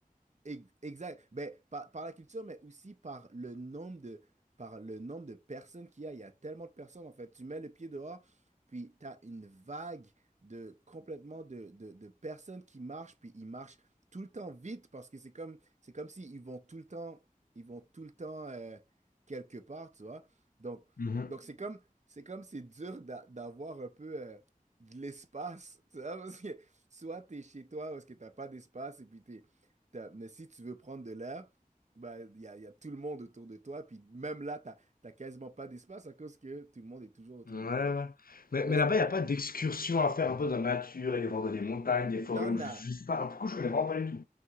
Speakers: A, on the right (about 50°); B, on the left (about 75°).
A: Ex- Exact. Ben, par, par la culture, mais aussi par le nombre de, par le nombre de personnes qu'il y a. Il y a tellement de personnes, en fait. Tu mets le pied dehors, puis tu as une vague de complètement de, de, de personnes qui marchent, puis ils marchent tout le temps vite parce que c'est comme, c'est comme si ils vont tout le temps, ils vont tout le temps euh, quelque part, tu vois. Donc,
B: Mhm.
A: donc c'est comme, c'est comme c'est dur d'a- d'avoir un peu euh, de l'espace, tu vois, parce que soit tu es chez toi, parce que t'as pas d'espace, et puis t'es T'as- Mais si tu veux prendre de l'air, bah, il y a, il y a tout le monde autour de toi. Puis même là, tu n'as quasiment pas d'espace à cause que tout le monde est toujours autour
B: Ouais, ouais.
A: de toi. Donc,
B: Mais,
A: là,
B: mais
A: c'était
B: là-bas, il n'y
A: là.
B: a pas d'excursion à faire un peu dans la nature, aller voir dans des montagnes, des forêts,
A: Il y en
B: ou je,
A: a.
B: je sais pas. Pourquoi je connais vraiment pas du tout